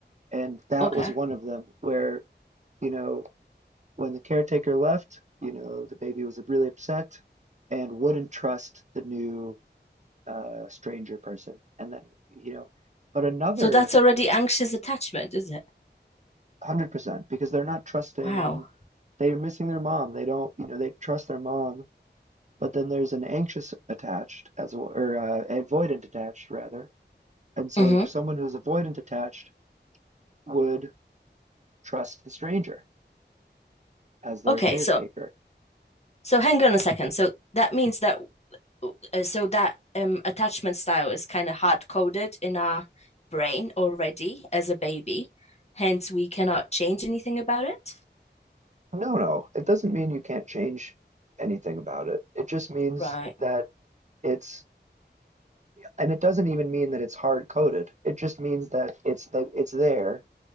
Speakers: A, on the right; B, on the left.
A: and that
B: Okay.
A: was one of them where, you know, When the caretaker left, you know, the baby was really upset and wouldn't trust the new uh, stranger person. And then, you know, but another
B: So that's already anxious attachment, is it?
A: 100% because they're not trusting,
B: Wow.
A: they're missing their mom. They don't, you know, they trust their mom, but then there's an anxious attached as well, or uh, avoidant attached rather. And so
B: hmm
A: someone who's avoidant attached would trust the stranger as their
B: Okay,
A: caretaker
B: so so hang on a second. So that means that uh, so that um attachment style is kind of hard-coded in our brain already as a baby. Hence, we cannot change anything about it.
A: No, no. It doesn't mean you can't change anything about it. It just means
B: Right.
A: that it's, and it doesn't even mean that it's hard coded. It just means that it's that it's there